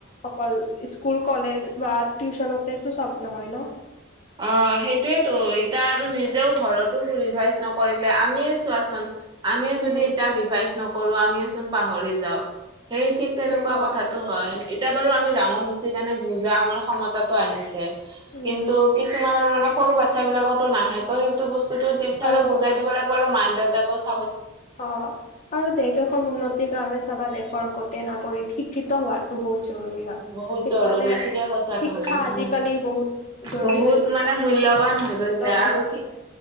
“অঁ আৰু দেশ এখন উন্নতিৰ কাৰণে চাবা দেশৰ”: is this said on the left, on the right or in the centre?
Left